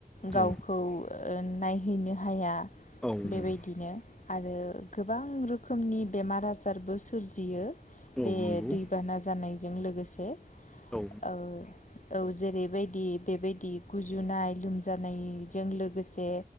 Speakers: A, on the left; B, in the centre.
A: गावखौ
B: औ
A: ओ नायहैनो हाया।
B: औ
A: बेबायदिनो
B: नंगौ
A: आरो गोबां रो खोमनि बेमार आजारबो सोरजियो।
B: औ
A: बे
B: नंगौ
A: दैबाना जानायजों लोगोसे
B: औ नंगौ औ
A: ओ औ जेरैबायदि बेबायदि गुजुनाय लोमजानायजों लोगोसे